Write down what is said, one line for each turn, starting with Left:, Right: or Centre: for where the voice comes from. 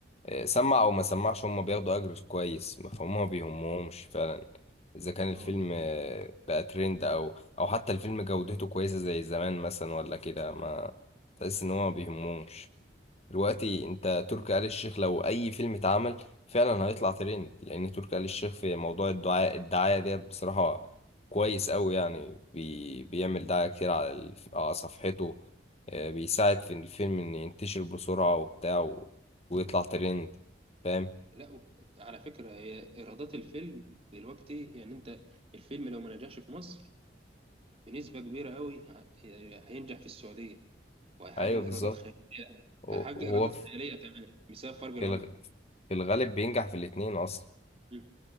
Left: آه، سمع أو ما سمعش هما بياخدوا أجر كويس فهم ما بيهمهمش فعلا إذا كان
Right: اه
Left: الفيلم
Right: والله
Left: آه، بقى ترند أو او حتى الفيلم جودته كويسة زي زمان مثلا ولا كده ما تحس ان هو ما بيهمهمش دلوقتي انت تركي آل الشيخ لو اي فيلم اتعمل فعلا هيطلع ترند لان تركي آل الشيخ في موضوع الدعاء الدعاية ديت بصراحة كويس قوي يعني بي بيعمل دعاية كتير على الف- على صفحته آه، بيساعد في الفيلم ان ينتشر بسرعة وبتاع و- ويطلع ترند فاهم
Right: لا و- على فكرة هي ايرادات الفيلم دلوقتي يعني انت الفيلم لو ما نجحش في مصر بنسبة كبيرة أوي هينجح في السعودية وهيحقق
Left: ايوه
Right: إيرادات
Left: بالظبط
Right: خيالية
Left: هو
Right: هيحقق
Left: هو
Right: إيرادات خيالية كمان بسبب فرق العملة
Left: في الغ- في الغالب بينجح في الاتنين اصلا
Right: مم.